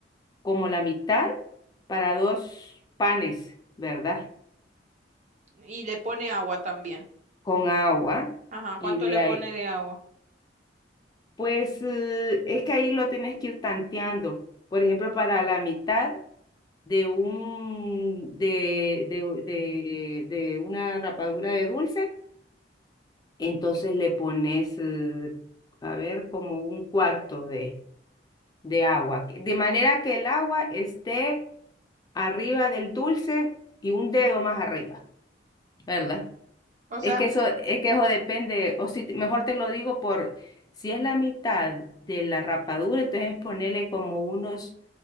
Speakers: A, on the left; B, on the right.
A: como la mitad para dos panes, ¿verdad?
B: Y le pone agua también.
A: Con agua.
B: Ajá, ¿cuánto
A: Y de
B: le
A: ahí,
B: pone de agua?
A: pues eh, es que ahí lo tenés que ir tanteando. Por ejemplo, para la mitad de un de, de, de, de una rapadura de dulce, entonces le pones, eh, a ver, como un cuarto de, de agua. De manera que el agua esté arriba del dulce y un dedo más arriba, ¿verdad?
B: O sea,
A: Es que eso, es que eso depende, o si mejor te lo digo por, si es la mitad de la rapadura, entonces ponerle como unos